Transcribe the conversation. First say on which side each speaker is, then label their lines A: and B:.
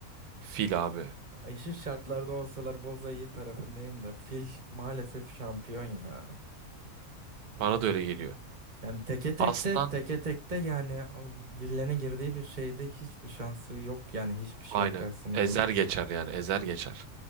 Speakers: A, on the right (about 85°); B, on the right (about 35°).
A: Fil abi.
B: Eşit şartlarda olsalar Bozayı tarafındayım da fil maalesef şampiyon ya.
A: Bana da öyle geliyor.
B: Yani teke tekte
A: Aslan
B: teke tekte yani birilerine girdiği bir şeyde hiçbir şansı yok yani hiçbir şeyin
A: aynen.
B: karşısında
A: Ezer
B: durma.
A: geçer yani. Ezer geçer.